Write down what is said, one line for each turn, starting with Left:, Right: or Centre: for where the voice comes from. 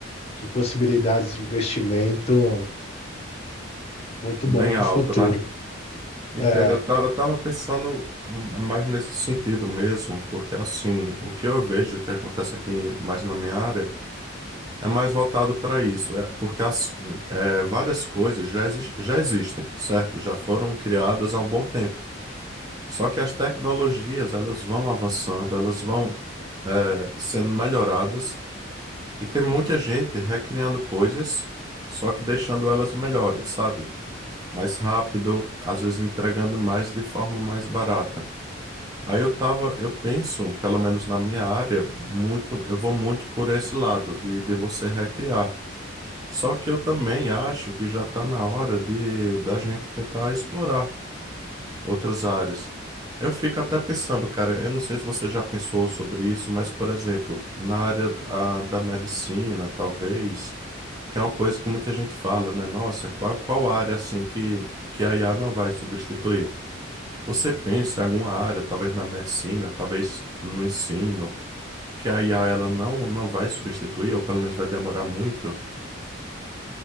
Left: de possibilidades de investimento muito
Right: Bem
Left: bom para
Right: alto,
Left: o futuro.
Right: né? Entendo,
Left: É.
Right: eu tava, eu tava pensando mais nesse sentido mesmo, porque assim, o que eu vejo que acontece aqui mais na minha área é mais voltado para isso, é, porque assim, é, várias coisas já, exis- já existem, certo? Já foram criadas há um bom tempo. Só que as tecnologias, elas vão avançando, elas vão, é, sendo melhoradas, e tem muita gente recriando coisas, só que deixando elas melhores, sabe? Mais rápido, às vezes entregando mais de forma mais barata. Aí eu tava, eu penso, pelo menos na minha área, muito, eu vou muito por esse lado de, de você recriar. Só que eu também acho que já tá na hora de da gente tentar explorar outras áreas. Eu fico até pensando, cara, eu não sei se você já pensou sobre isso, mas, por exemplo, na área ah, da medicina, talvez, que é uma coisa que muita gente fala, né? Nossa, qual, qual área assim que, que a IA não vai substituir? Você pensa em alguma área, talvez na medicina, talvez no ensino, que a IA ela não, não vai substituir, ou pelo menos vai demorar muito?